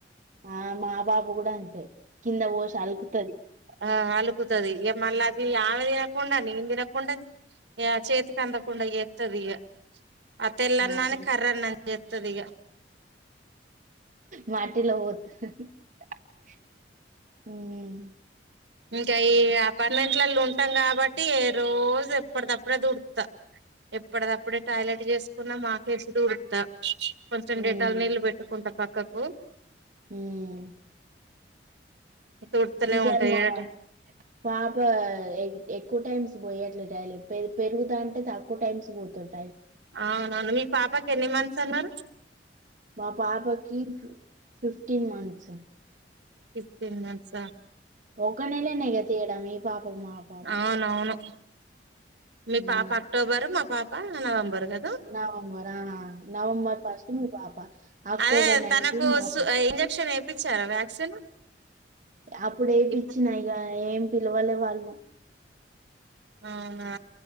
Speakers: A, on the right; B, on the right.
A: ఆ మా బాబు గుడ అంతె కింద బోష అల్కుతది.
B: ఆ అలుకుతది ఇగ మళ్లది ఆమె దినకుండ నేన్ దినకుండ ఇగ చేతికందకుండ జేత్తదిగ అ తెల్లన్నాన్ని
A: అట్ల
B: కర్రన్నం జేత్తదిగ.
A: మాటిళ్ల ఓతద <unintelligible> ఉమ్.
B: ఇంకా ఈ అపార్మెంట్ ట్లాలున్ తం గాబట్టి ఏ రోజెప్పడ్దప్పుడం దుడుత్త. ఎప్పడిదప్పుడే టాయిలెట్ చేసుకున్నా మాకేసి దూడుత్త కొంచెం
A: హ్మ్
B: డేటాలు నీళ్ళు పెట్టుకుంటా పక్కక్
A: హ్మ్
B: తుడుతూనే
A: ఈ సార్
B: ఉంటా
A: మా
B: ఏడట
A: పాపా ఎయి ఎక్కువ టైమ్స్ పోయట్లే టాయిలెట్ పెర్ పెరుగుతాంటే తక్కువ టైమ్స్ పోతడ్
B: అవున మీ పాపకి ఎన్ని మంత్స్ అన్నారు
A: మా పాపకి ఫిఫ్టీన్ మంత్స్
B: ఫిఫ్టీన్ మంత్స్ అ
A: ఒక్క నెలనే కదా చేయడం మీ పాపకు మా పాపకు
B: ఆవునవును మీ
A: హ్మ్
B: పాప అక్టోబరు మా పాప నవంబరు కదు
A: నవంబర్ ఆ నవంబర్ ఫస్ట్ మీ పాప అక్టోబర్
B: అదే
A: నైన్టీన్
B: తనకో
A: నా పా
B: స్ ఆహ్ ఇంజెక్షన్ ఎపిచ్చారా వ్యాక్సిన్
A: అప్పుడు ఏపిచ్చిన
B: ఇప్పుడు
A: యిగా ఏం పిలవలే వాళ్ళు
B: అవునా